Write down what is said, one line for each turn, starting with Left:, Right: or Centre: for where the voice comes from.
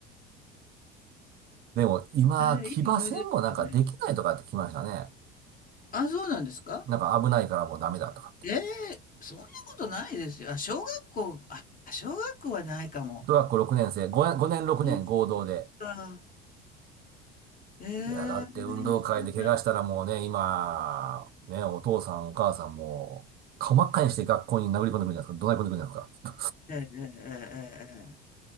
Right: <laughs> でも、今、
Left: ええ、
Right: 騎馬戦もなんかできないとかって聞きましたね。
Left: いい思い出ですよね。あ、そうなんですか
Right: なんか危ないからもうダメだとかって。
Left: ええ、そんなことないですよ。あ、小学校、あ、小学校はないかも。
Right: 小学校6年生、5、年6年合同で。
Left: なんか、ええ、
Right: いや、だって運動会で怪我したらもうね、
Left: そう
Right: 今、ね、お父さんお母さんも、顔真っ赤にして学校に殴り込んでくるんじゃないですか。怒鳴り込んでくるんじゃないですか。
Left: ええ、ええ、ええ、ええ。